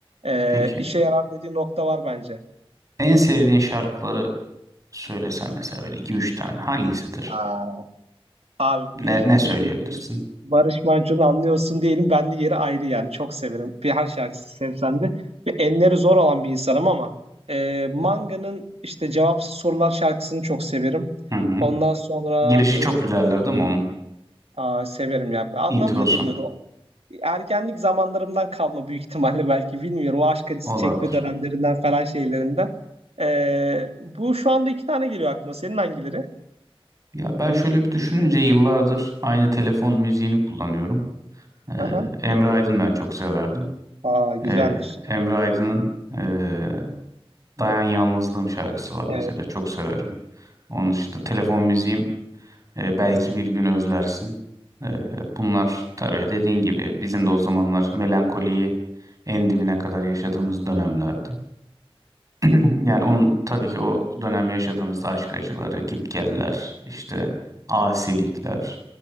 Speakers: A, on the right; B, on the right.
A: E,
B: peki.
A: işe yarar dediği nokta var bence.
B: En sevdiğin şarkıları söylesem mesela böyle iki üç tane hangisidir?
A: Aa. Abi
B: Ne,
A: bir
B: ne
A: <laughs>
B: söyleyebilirsin?
A: dediğim gibi Barış Manço'nu anlıyorsun diyelim. Ben de yeri ayrı yani. Çok severim. Bir her şarkısını sevsem de. Ve enleri zor olan bir insanım ama e, Manga'nın işte Cevapsız Sorular şarkısını çok severim.
B: Hı hı.
A: Ondan sonra
B: Girişi çok güzeldir değil mi onun?
A: e, aa, severim ya. Anlamlı
B: Introsu
A: geliyordu. o. Ergenlik zamanlarımdan kalma büyük ihtimalle belki bilmiyorum. O aşk acısı
B: olabilir.
A: çekme dönemlerinden falan şeylerinden. E, bu şu anda iki tane geliyor aklıma. Senin hangileri?
B: Ya ben şöyle bir düşününce yıllardır aynı telefon müziğini kullanıyorum. Ee,
A: Aha.
B: Emre Aydın ben çok severdim.
A: Aa, güzeldir.
B: Ee, Emre Aydın'ın ee, Dayan Yalnızlığım şarkısı var
A: Evet.
B: mesela çok severim. Onun dışında telefon müziğim e, Belki Bir Gün Özlersin. Ee, bunlar tabii dediğin gibi bizim de o zamanlar melankoliyi en dibine kadar yaşadığımız dönemlerdi. <clears throat> Yani onun tabii ki o dönem yaşadığımız aşk acıları, gitgeller, işte asilikler,